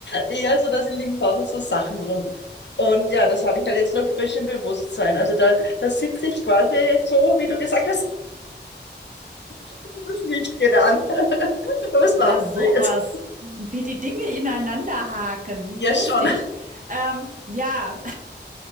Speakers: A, on the left; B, on the right.
A: eher so, dass in liegen draußen so Sachen rum. Und ja, das habe ich halt jetzt noch frisch im Bewusstsein. Also da, da sitze ich quasi so, wie du gesagt hast, <laughs> das Licht geht an. <laughs> Was machen
B: na sowas,
A: wir jetzt?
B: wie die Dinge ineinander haken,
A: Ja,
B: lustig.
A: schon.
B: Ähm, ja,